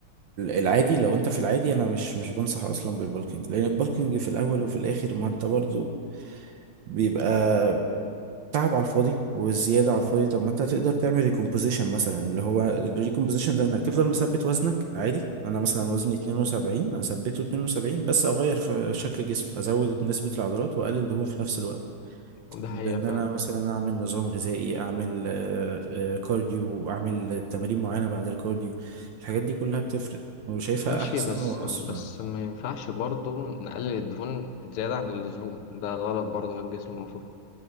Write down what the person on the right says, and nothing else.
العادي لو انت في العادي انا مش مش بنصح اصلا بالبالكينج لان البالكينج في الاول وفي الاخر ما انت برضو بيبقى تعب على الفاضي والزياده على الفاضي
طب ما انت تقدر تعمل ريكومبوزيشن مثلا اللي هو الريكومبوزيشن ده انك تفضل مثبت وزنك عادي انا مثلا
وزني 72 اثبته 72 بس اغير في شكل الجسم ازود نسبه العضلات واقلل دهون في نفس الوقت
بان
انا مثلا اعمل نظام غذائي اعمل آه، آه، كارديو اعمل تمارين معينه بعد الكارديو الحاجات دي كلها بتفرق وشايفها
احسن
واسرع